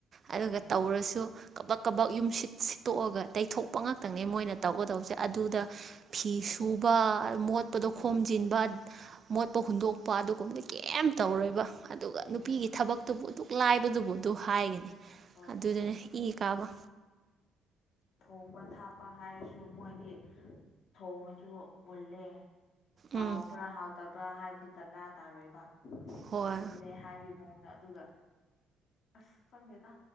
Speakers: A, on the right; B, on the left.
A: ꯑꯗꯨꯒ
B: ꯍꯣꯏ
A: ꯇꯧꯔꯁꯨ ꯀꯕꯛ ꯀꯕꯛ ꯌꯨꯝ ꯁꯤꯠ ꯁꯤꯠꯇꯣꯛꯑꯒ ꯇꯩꯊꯣꯛꯄ ꯉꯥꯛꯇꯅꯦ ꯃꯣꯏꯅ ꯇꯧꯒꯗꯧꯕꯁꯦ
B: ꯎꯝ
A: ꯑꯗꯨꯗ ꯐꯤꯁꯨ ꯃꯣꯠꯄꯗꯣ
B: ꯎꯝ
A: ꯈꯣꯝꯖꯤꯟꯕ ꯃꯣꯠꯄ ꯍꯨꯟꯗꯣꯛꯄ ꯑꯗꯨꯒꯨꯝꯕꯗ ꯀꯩꯝ ꯇꯧꯔꯣꯏꯕ ꯑꯗꯨꯒ
B: ꯎꯝ
A: ꯅꯨꯄꯤꯒꯤ ꯊꯕꯛꯇꯨꯕꯨ ꯑꯗꯨꯛ ꯂꯥꯏꯕꯗꯨꯕꯨ ꯑꯗꯨ ꯍꯥꯏꯒꯅꯤ
B: ꯍꯣꯏ
A: ꯑꯗꯨꯗꯨꯅ ꯏ ꯀꯥꯕ
B: ꯊꯣꯡꯕ ꯊꯥꯛꯞꯄ ꯍꯥꯏꯔꯁꯨ ꯃꯣꯏꯗꯤ ꯊꯣꯡꯉꯁꯨ ꯃꯜꯂꯦ ꯍꯥꯎꯕ꯭ꯔꯥ
A: ꯎꯝ
B: ꯍꯥꯎꯇꯕ꯭ꯔꯥ ꯍꯥꯏꯕꯗꯨ ꯗꯔꯀꯥꯔ ꯇꯥꯔꯣꯏꯕ
A: ꯍꯣꯏ
B: ꯃꯨꯜꯂꯦ ꯍꯥꯏꯋ ꯃꯑꯣꯡꯗ ꯑꯗꯨꯒ ꯑꯁ ꯈꯪꯗꯦꯗ